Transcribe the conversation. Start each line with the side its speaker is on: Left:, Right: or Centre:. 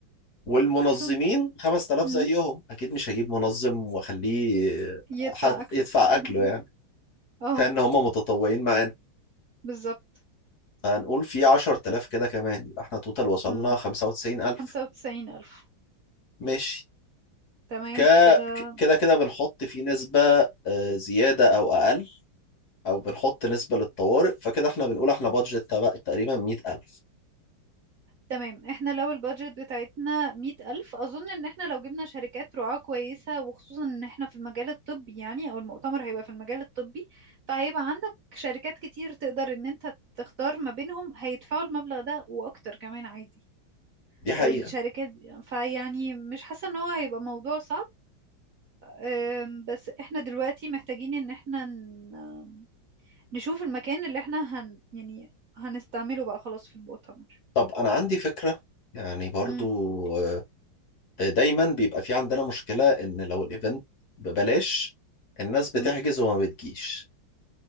Left: والمنظمين
Right: فم
Left: 5000
Right: مم.
Left: زيهم اكيد مش هجيب منظم واخليه
Right: يدفع
Left: حد
Right: اكله
Left: يدفع
Right: <laughs>
Left: اكله يعني
Right: اه
Left: فان هم متطوعين معانا
Right: بالظبط
Left: فهنقول في 10000 كده كمان يبقى احنا توتال وصلنا
Right: امم
Left: 95000
Right: 95000
Left: ماشي
Right: تمام
Left: ك
Right: كده
Left: ك- كده كده بنحط فيه نسبة آه، زيادة أو أقل أو بنحط نسبة للطوارئ فكده احنا بنقول احنا بادجت تبع- تقريبا 100000
Right: تمام احنا لو البادجت بتاعتنا مية ألف أظن إن احنا لو جبنا شركات رعاة كويسة وخصوصا إن احنا في المجال الطبي يعني أو المؤتمر هيبقى في المجال الطبي فهيبقى عندك شركات كتير تقدر إن انت تختار ما بينهم هيدفعوا المبلغ ده وأكتر كمان عادي
Left: دي حقيقة
Right: الشركات دي- فيعني مش حاسة إن هو هيبقى موضوع صعب أم، بس احنا دلوقتي محتاجين إن احنا ن- نشوف المكان اللي احنا هن يعني هنستعمله بقى خلاص في المؤتمر
Left: طب أنا عندي فكرة يعني برضو
Right: امم
Left: آه، دايما بيبقى في عندنا مشكلة إن لو الإيفنت ببلاش الناس بتحجز
Right: امم
Left: وما بتجيش